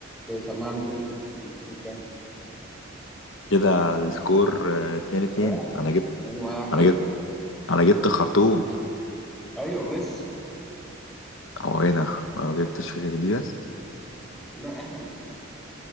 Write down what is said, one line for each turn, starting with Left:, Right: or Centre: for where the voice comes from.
Centre: كده سمعني صوتك السكور كام؟
Left: كده السكور آه، اتنين اتنين
Centre: من واحد
Left: انا جبت
Centre: اتنين واحد
Left: انا جبت انا جبت خرطوم
Centre: ايوه بس
Left: هو ايه ده انا ما جبتش غير دي بس
Centre: لا احنا مثلا